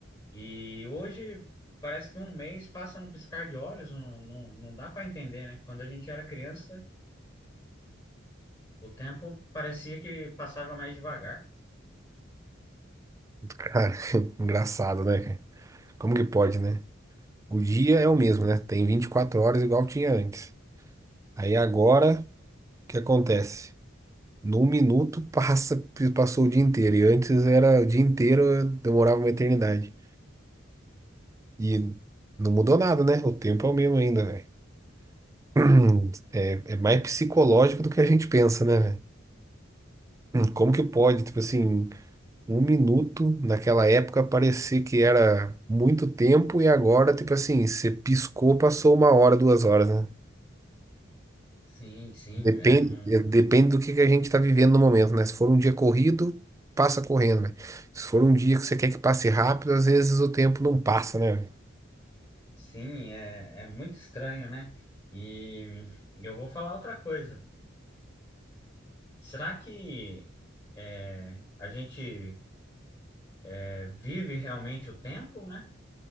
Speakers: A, on the left (about 25°); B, on the right (about 15°).
A: E hoje parece que um mês passa num piscar de olhos, não, não, não dá para entender, né? Quando a gente era criança, o tempo parecia que passava mais devagar.
B: cara, <laughs> engraçado, né, cara? Como que pode, né? O dia é o mesmo, né? Tem 24 horas igual tinha antes. Aí agora, o que acontece? Num minuto <laughs> passa, passou o dia inteiro. E antes era o dia inteiro, demorava uma eternidade. E não mudou nada, né? O tempo é o mesmo ainda, velho. <clears throat> É, é mais psicológico do que a gente pensa, né, velho? Como que pode, tipo assim, um minuto naquela época parecer que era muito tempo e agora, tipo assim, você piscou, passou uma hora, duas horas, né?
A: Sim, sim,
B: Depende,
A: é, não.
B: eh, depende do que que a gente tá vivendo no momento, né? Se for um dia corrido, passa correndo, velho. Se for um dia que você quer que passe rápido, às vezes o tempo não passa, né? velho?
A: Sim, é, é muito estranho, né? E eu vou falar outra coisa. Será que é, a gente é, vive realmente o tempo, né?